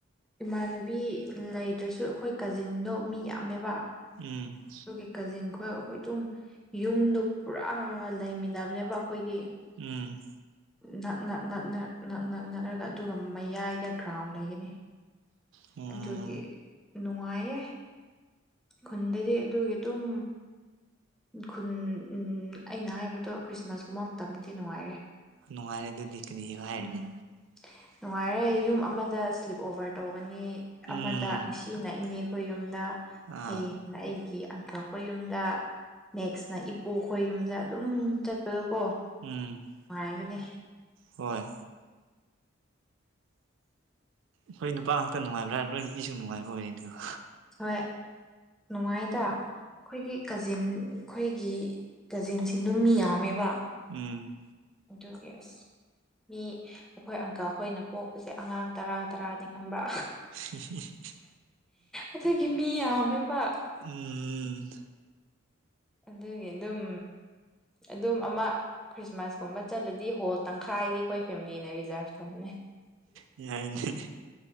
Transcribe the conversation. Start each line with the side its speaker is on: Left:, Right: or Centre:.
Centre: ꯏꯃꯥꯟꯅꯕꯤ ꯂꯩꯇ꯭ꯔꯁꯨ ꯑꯩꯈꯣꯏ ꯀꯖꯤꯟꯗꯣ ꯃꯤ ꯌꯥꯝꯃꯦꯕ꯫
Right: ꯎꯝ
Centre: ꯑꯗꯨꯒꯤ ꯀꯖꯤꯟꯈ‌ꯣꯏ ꯑꯩꯈꯣꯏ ꯑꯗꯨꯝ ꯌꯨꯝꯗꯣ ꯄꯨꯔꯥ ꯂꯩꯃꯤꯟꯅꯕꯅꯦꯕ ꯑꯩꯈꯣꯏꯗꯤ
Right: ꯎꯝ
Centre: ꯅꯛꯅꯛꯅꯛꯅꯛꯅꯛ ꯅꯛꯅꯛꯅꯛꯔꯒ ꯑꯗꯨꯒ ꯃꯌꯥꯏꯗ ꯒ꯭ꯔꯥꯎꯟ ꯂꯩꯒꯅꯤ
Right: ꯎꯝ
Centre: ꯑꯗꯨꯒꯤ ꯅꯨꯡꯉꯥꯏꯌꯦ ꯈꯨꯟꯗꯗꯤ ꯑꯗꯨꯒꯤ ꯑꯗꯨꯝ ꯈꯨꯟ ꯎꯝ ꯑꯩꯅ ꯍꯥꯏꯕꯗꯣ ꯈ꯭ꯔꯤꯁꯃꯥꯁ ꯀꯨꯝꯕ ꯃꯇꯝꯗꯤ ꯅꯨꯡꯉꯥꯏꯔꯦ
Right: ꯅꯨꯡꯉꯥꯏꯔꯦ ꯑꯗꯨꯗꯤ ꯀꯔꯤ ꯍꯥꯏꯔꯅꯤ
Centre: ꯎꯝ ꯅꯨꯡꯉꯥꯏꯔꯦ ꯌꯨꯝ ꯑꯃꯗ ꯁ꯭ꯂꯤꯞ ꯑꯣꯕꯔ ꯇꯧꯒꯅꯤ ꯑꯃꯗ
Right: ꯎꯝ
Centre: ꯉꯁꯤꯅ ꯏꯅꯦ ꯑꯩꯈꯣꯏ ꯌꯨꯝꯗ
Right: ꯑꯥ
Centre: ꯍꯌꯦꯡ ꯅ ꯑꯩꯒꯤ ꯑꯪꯀꯜ ꯈꯣꯏ ꯌꯨꯝꯗ ꯅꯦꯛꯁꯅ ꯏꯄꯨ ꯈꯣꯏ ꯌꯨꯝꯗ ꯑꯗꯨꯝ ꯆꯠꯄꯗꯣ ꯀꯣ
Right: ꯎꯝ
Centre: ꯅꯨꯡꯉꯥꯏꯕꯅꯦ
Right: ꯍꯣꯏ ꯈ‌ꯣꯏ ꯅꯨꯄꯥ ꯉꯥꯛꯇ ꯅꯨꯡꯉꯥꯏꯕ꯭ꯔꯥ ꯍꯥꯏ ꯅꯣꯏ ꯅꯨꯄꯤꯁꯨ ꯅꯨꯡꯉꯥꯏꯕ ꯑꯣꯏꯔ‌ꯦꯀ‌ꯣ
Centre: ꯍꯣꯏ ꯅꯨꯡꯉꯥꯏꯗꯥ ꯑꯩꯈꯣꯏꯒꯤ ꯀꯖꯤꯟ ꯈꯣꯏꯒꯤ ꯀꯖꯤꯟꯁꯤꯡꯗ‌ꯣ ꯃꯤ ꯌꯥꯝꯃꯦꯕ
Right: ꯎꯝ
Centre: ꯑꯗꯨꯒꯤ ꯑꯁ ꯃꯤ ꯑꯩꯈꯣꯏ ꯑꯪꯀꯜ ꯈꯣꯏꯅ ꯄꯣꯛꯄꯁꯦ ꯑꯉꯥꯡ ꯇꯔꯥ ꯇꯔꯥꯅꯤ ꯈꯪꯕ꯭ꯔꯥ
Right: <unintelligible>
Centre: ꯑꯗꯨꯒꯤ ꯃꯤ ꯌꯥꯝꯃꯦꯕ
Right: ꯎꯝ ꯎꯝ
Centre: ꯑꯗꯨꯒꯤ ꯑꯗꯨꯝ ꯑꯗꯨꯝ ꯑꯃ ꯈ꯭ꯔꯤꯁꯃꯥꯁ ꯀꯨꯝꯕ ꯆꯠꯂꯗꯤ ꯍꯣꯜ ꯇꯪꯈꯥꯏꯗꯤ ꯑꯩꯈꯣꯏ ꯐꯦꯃꯤꯂꯤꯅ ꯔꯤꯖꯥꯔꯚ ꯇꯧꯕꯅꯦ
Right: ꯌꯥꯏꯅꯦ